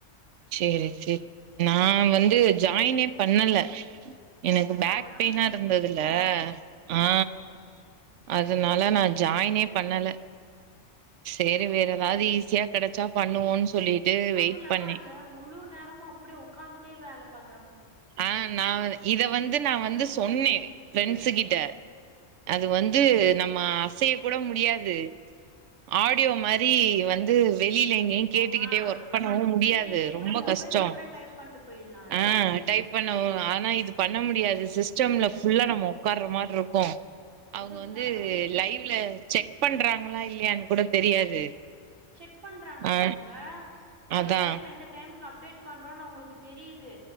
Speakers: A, on the right (about 70°); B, on the right (about 85°).
A: சேரி சேரி நா வந்து ஜாயினே பண்ணல எனக்கு
B: அதான்
A: பேக்
B: உடம்பு
A: ஃபெயினா
B: சரியில்லைன்னீங்கள்ல
A: இருந்ததுல ஆ
B: ஆமாம்
A: அதனாலநானு ஜாயினே பண்ணல சேரி வேறெதாவது ஈஸியா கெடச்சா பண்ணுவோம் சொல்லிட்டு
B: அதுவும்
A: வெயிட்
B: இல்லாமல்
A: பண்ணே
B: அதில் முழு நேரமு அப்புடியே உட்காந்துட்டே வேலை பாத்
A: ஆ நா இத வந்து நா வந்து
B: முடியாது
A: சொன்னே ப்ரீண்ட்ஸ் கிட்ட அது வந்து நம் மா அசைய கூட முடியாது ஆடியோ மாரி வந்து வெளியில எங்கயு
B: மொ
A: கேட்டுக்கிட்டே
B: ஆ
A: ஒர்க் பண்ணவு முடியாது
B: கேட்டுகிட்டே கூட
A: ரொம்ப
B: மொபைலில்
A: கஷ்டோ
B: கூட டைப் பண்ணிட்டு போயிடலாம் அது
A: ஆஹ் டைப் பண்ண ஆனா இது பண்ண முடியாது சிஸ்டம்ல
B: முடியாது
A: ஃபுல்லா நம்ம உட்ககார்ற மாதிரி இருக்கு கோ
B: முதுகுலாம்
A: அவுங்க வந்து
B: வலி எடுத்துடுது
A: லைவ்ல செக் பண்றாங்களா இல்லையான்னு கூட தெரியாது
B: செக் பண்றாங்கக்கா
A: ஆ
B: அவுங்க நம்ம
A: அதா
B: டைம் எந்த டைமுக்கு அப்டேட் பண்றோ அவுங்களுக் கு தெரியுது